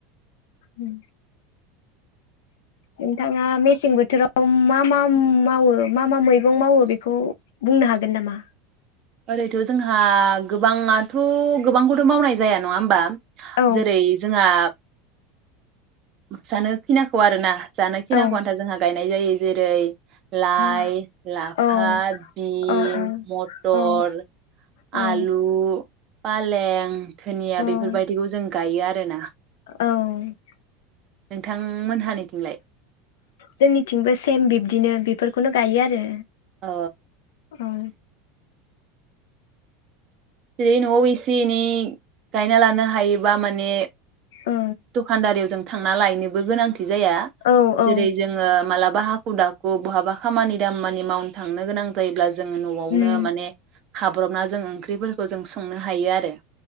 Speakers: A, on the left; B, on the right.
A: उम। नोंथाङा मेसें बोथोराव मा मा मावो मा मा मैगं मावो बेखौ बुंनो हागोन नामा?
B: ओरैथ' जोंहा गोबाङाथ' गोबांखौथ' मावनाय जाया नङा होमबा?
A: औ
B: जेरै जोंहा सानो खैनाखौ आरो ना। जानाय खिनाखौ
A: औ
B: आनथा जोंहा गाय नाय जायो जेरै लाइ
A: औ
B: लाफा
A: औ
B: बिन
A: औ
B: मटर
A: औ औ
B: आलु फालें धोनिया
A: औ
B: बेफोरबायदिखौ जों गायो आरो ना।
A: औ।
B: नोंथां मोनहानिथिंलाय?
A: जोंनिथिंबो सेम बिब्दिनो बेफोरखौनो गायो आरो।
B: औ
A: औ।
B: जेरै न'आव एसे एनै गायना लानो हायोबा माने
A: औ
B: दखानदारियावजों थांना लायनोबो गोनांथि जाया।
A: औ
B: जेरै
A: औ
B: जोङो मालाब बा हाखु दाखु बहाबा खामानि दामानि मावनो थांनो गोनां जायोब्ला जोङो न'आवनो
A: उम
B: माने खाब्रबना जों ओंख्रिफोर खौ जों संनो हायो आरो